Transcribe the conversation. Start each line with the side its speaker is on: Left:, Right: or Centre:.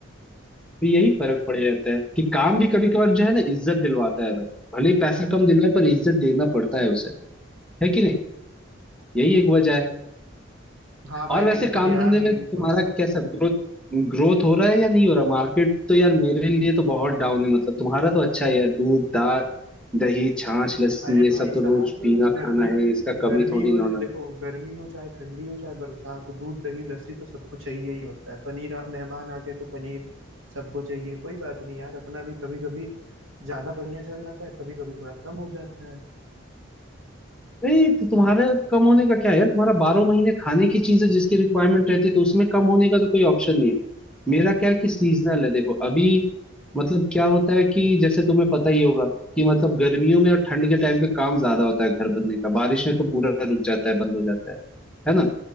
Centre: तो यही फर्क पड़ जाता है कि काम भी कभी कभार जो है ना इज्जत दिलवाता है भाई भले ही पैसा कम दिलवाए पर इज्जत देना पड़ता है उसे है कि नहीं यही एक वजह है
Right: हाँ भाई
Centre: और वैसे
Right: बिल्कुल
Centre: काम
Right: यार
Centre: धंधे में
Right: बिल्कुल
Centre: तुम्हारा कैसा ग्रोथ ग्रोथ हो रहा है या नहीं हो रहा मार्केट तो यार मेरे लिए तो बहुत डाउन है मतलब तुम्हारा तो अच्छा है यार दूध दा दही छाछ लस्सी
Right: अरे
Centre: ये
Right: भाई
Centre: सब
Right: साहब
Centre: तो रोज पीना
Right: गर्मी
Centre: खाना
Right: में
Centre: है इसका
Right: गर्मी
Centre: कमी थोड़ी
Right: हो
Centre: ना होना
Right: देखो गर्मी हो चाहे ठंडी हो चाहे बरसात हो दूध दही लस्सी तो सबको चाहिए ही होता है पनीर आ- मेहमान आ गए तो पनीर सबको चाहिए कोई बात नहीं यार अपना भी कभी कभी ज्यादा बढ़िया चल जाता है कभी कभी थोड़ा कम हो जाता है
Centre: नहीं तो तुम्हारा कम होने का क्या है तुम्हारा बारह महीने खाने की चीज है जिसकी रिक्वायरमेंट रहती है तो उसमें कम होने का तो कोई ऑप्शन नहीं है मेरा क्या है कि सीजनल है देखो अभी मतलब क्या होता है कि जैसे तुम्हें पता ही होगा कि मतलब गर्मियों में और ठंड के टाइम पे काम ज्यादा होता है घर बनने का बारिश में तो पूरा रुक जाता है बंद हो जाता है है ना